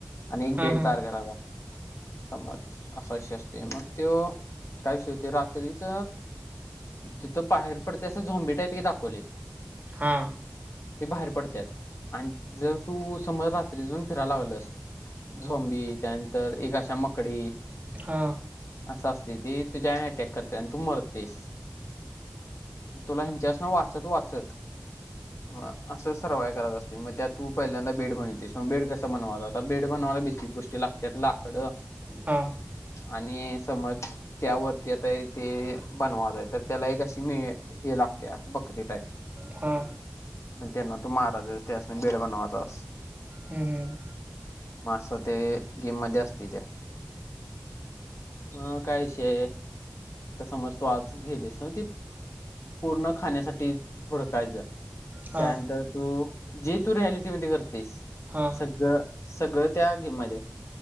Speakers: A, on the left; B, on the right.
A: आणि एक
B: हा हा
A: बेड तयार करायला लागतंय. समज असा विषय असतो. मग तोय काय विषय होते रात्रीच तिथं बाहेर पडते असं झोंबे त्यात हे दाखवले.
B: हां.
A: ते बाहेर पडतात आणि जर तू समज रात्री जाऊन फिरायला लागलस. झोंबी त्यानंतर एक अशा मकडी
B: हा.
A: असं असते ते तुझ्या अटॅक करते आणि तू मरतेस तुला त्यात न वाचत वाचत म असं सर्वाय करायच असते. मग त्यात तू पहिल्यांदा बेड बनवतेस. मग बेड कसं बनवा जात बेड बनवायला बेसिक गोष्टी लागते. त्यात लाकडं.
B: हा.
A: आणि समज त्यावरती आता ते बनवायच तर त्याला एक अशी मिळ हे लागते त्या <unintelligible> टाईप
B: हा.
A: मग त्यांना तू मारायचस त्यास्नी बेड बनवाचास.
B: ह हम.
A: मा असं ते गेममध्ये असते त्या. अ काय विषय आहे, तर समज तू आज गेलीस तर ते. पूर्ण खाण्यासाठी हुडकायचं
B: हा
A: त्यानंतर तू जे तू रियालिटी करतेस
B: हा
A: सगळं सगळं त्या आगीमध्ये